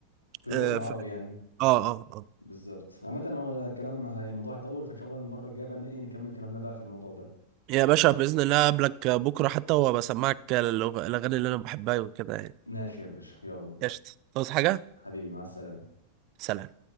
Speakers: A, on the left; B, on the right.
A: في الغنى
B: آه،
A: العربي
B: في
A: يعني
B: آه آه آه
A: بالظبط عامة هو الكلام هي الموضوع هيطول فإن شاء الله المرة الجاية بقى إيه نكمل كلامنا بقى في الموضوع ده
B: يا باشا بإذن الله أقابلك بكرة حتى وبسمعك الأغ- الأغاني اللي أنا بحبها وكده يعني
A: ماشي يا باشا يلا
B: قشطة تعوز حاجة؟
A: حبيبي مع السلامة
B: سلام